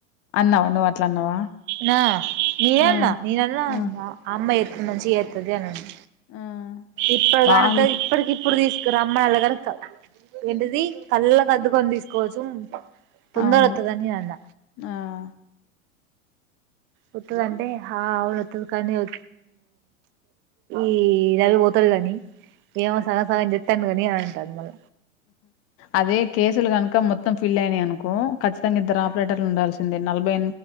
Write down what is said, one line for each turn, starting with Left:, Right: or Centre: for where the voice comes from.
Left: అన్నావా నువ్వు అట్లా అన్నావా
Right: నా నేనన్నా
Left: ఆ
Right: నేనన్నా
Left: ఆ
Right: అమ్మ మంచిగా చేతుంది అనండి.
Left: ఆ
Right: ఇప్పుడు
Left: వాళ్ళు
Right: కనక ఇప్పడుకిప్పు ఇప్పుడు తీసుకుమ్మ నల్లగాని ఏంటిది కళ్ళ కద్దుకొని తీసుకోవచ్చు. పుందరత్త
Left: అవును
Right: తని అన్న
Left: ఆ
Right: వతుద అంటే అవును వస్తుది కానీవు ఈ రవి పోతడు కాని ఏమో సగం సగం చెపతాను కాని అ దని మల
Left: అదే కేసులు కనుకు ఇ మొత్తం ఫిల్ అయినాయి అనుకో ఖచ్చితంగా ఇద్దరు ఆపరేటర్లు ఉండాల్సిందే. నలభై